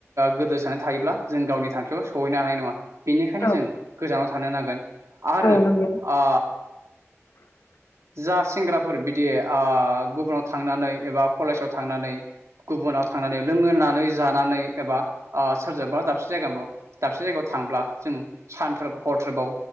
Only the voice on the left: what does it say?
औ
औ नंगौ
<inaudible>